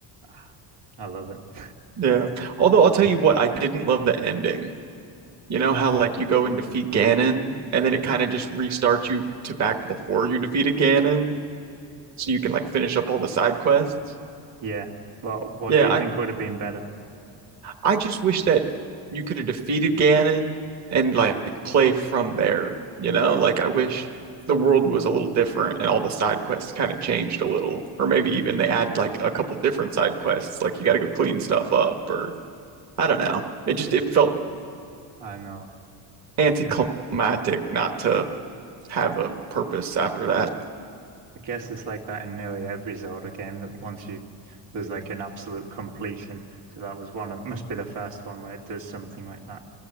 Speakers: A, on the right; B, on the right.
A: ah, I love it. <laughs>
B: Yeah. Although I'll tell you what, I didn't love the ending. You know how like you go and defeat Ganon and then it kind of just restarts you to back before you defeated Ganon so you can like finish up all the side quests?
A: Yeah. Well, what
B: Yeah,
A: do you think
B: I
A: would have been better?
B: I just wish that you could have defeated Ganon and like play from there, you know? Like I
A: Oh
B: wish
A: yeah,
B: the world was a little different and all the side quests kind of changed a little, or maybe even they add like a couple different side quests, like you got to go clean stuff up, or I don't know. It just it felt
A: I know.
B: anticlimactic
A: I, th
B: not to have a purpose after that.
A: I guess it's like that in nearly every Zelda game that once you there's like an absolute completion. So that was one It must be the first one where it does something like that